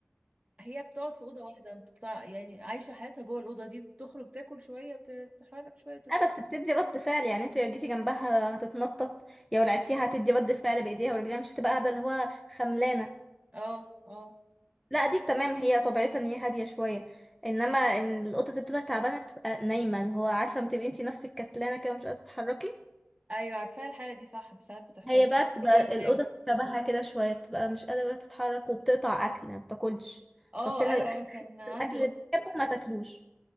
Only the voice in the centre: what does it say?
اه بس بتدي رد فعل يعني انت لو جيتي جنبها هتتنطط يا لو لعبتيها هتدي رد فعل بايديها ورجليها مش هتبقى قاعدة اللي هو خملانة
لا دي تمام هي طبيعتها ان هي هاديه شويه انما ان القطه اللي بتبقى تعبانه بتبقى نايمه اللي هو عارفه لما تبقي انتي نفسك كسلانه كده مش قادره تتحركي
هي
بقى
بتبقى
القطه شبهها كده شويه بتبقى مش قادره تتحرك وبتقطع اكل ما بتاكلش
تحط لها
الاكل
الأكل اللي
بتحبه ما تاكلوش